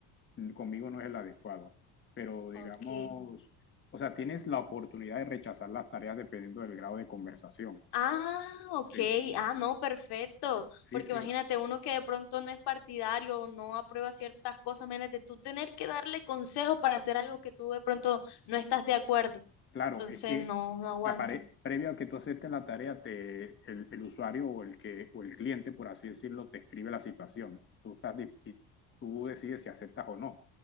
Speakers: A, on the left (about 30°); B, on the left (about 75°).
A: mm, conmigo no es el adecuado. Pero digamos,
B: Ok.
A: o sea, tienes la oportunidad de rechazar las tareas dependiendo del grado de conversación.
B: Ah, ok.
A: Sí,
B: Ah, no, perfecto.
A: sí,
B: Porque
A: sí.
B: imagínate, uno que de pronto no es partidario o no aprueba ciertas cosas, imagínate tú tener que darle consejo para hacer algo que tú de pronto no estás de acuerdo.
A: Claro,
B: Entonces,
A: es que
B: no, no aguanta.
A: apare- previo a que tú aceptes la tarea, te, el, el usuario o el, que, o el cliente, por así decirlo, te escribe la situación. Tú, estás, di- y tú decides si aceptas o no.